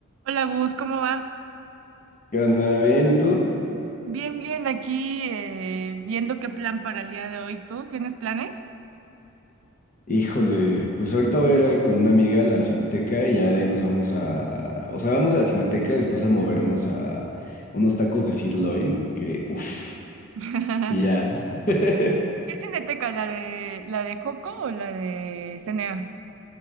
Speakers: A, on the right; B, on the left.
A: Hola Gus, ¿cómo va?
B: ¿Qué onda? ¿Bien? ¿Y tú?
A: Bien, bien, aquí eh, viendo qué plan para el día de hoy. ¿Tú tienes planes?
B: Híjole, pues ahorita voy a ir a- con una amiga a la Cineteca y ya de ahí nos vamos a... O sea, vamos a la Cineteca y después a movernos a unos tacos de sirloin que... Uf,
A: <laughs> ¿Qué
B: y ya. <laughs>
A: cineteca? ¿La de la de Joco o la de CNA?